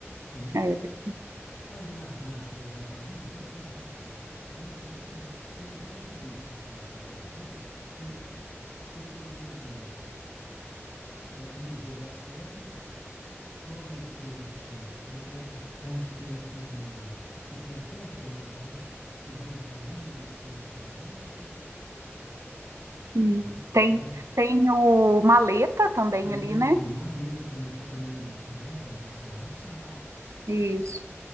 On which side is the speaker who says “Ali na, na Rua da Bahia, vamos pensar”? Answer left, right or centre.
Left